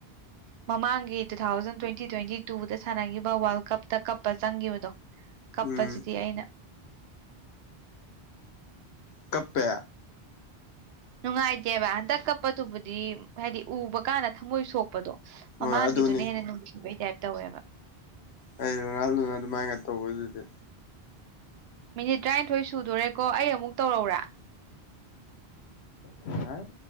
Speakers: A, on the right; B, on the left.
A: ꯃꯃꯥꯡꯒꯤ ꯇꯨ ꯊꯥꯎꯖꯟ ꯇꯣꯏꯟꯇꯤ ꯇꯣꯏꯟꯇꯤ ꯇꯨꯗ ꯁꯥꯟꯅꯈꯤꯕ ꯋꯥꯜ ꯀꯞꯇ ꯀꯞꯄ ꯆꯪꯈꯤꯕꯗꯣ ꯀꯞꯄꯁꯤꯗꯤ
B: ꯎꯝ
A: ꯑꯩꯅ
B: ꯀꯞꯄꯦ
A: ꯅꯨꯡꯉꯥꯏꯇꯦꯕ ꯍꯟꯗꯛ ꯀꯞꯄꯗꯨꯕꯨꯗꯤ ꯍꯥꯏꯗꯤ ꯎꯕ ꯀꯥꯟꯗ ꯊꯝꯃꯣꯏ ꯁꯣꯛꯄꯗꯣ ꯃꯃꯥꯡꯒꯤꯗꯨꯅ
B: ꯍꯣꯏ ꯑꯗꯨꯅꯤ
A: ꯍꯦꯟꯅ ꯅꯨꯡꯁꯤꯕꯩ ꯇꯥꯏꯞ ꯇꯧꯋꯦꯕ
B: ꯑꯩ ꯔꯣꯅꯥꯜ ꯗꯨꯗ ꯑꯗꯨ ꯃꯥꯥꯏꯅ ꯇꯧꯕꯗꯨꯗꯤ
A: ꯃꯤꯅꯤꯠ ꯇꯔꯥꯏꯊꯣꯏ ꯁꯨꯗꯣꯔꯦꯀꯣ ꯑꯩ ꯑꯃꯨꯛ ꯇꯧꯔꯛꯑꯣꯔꯥ
B: ꯌꯥꯏ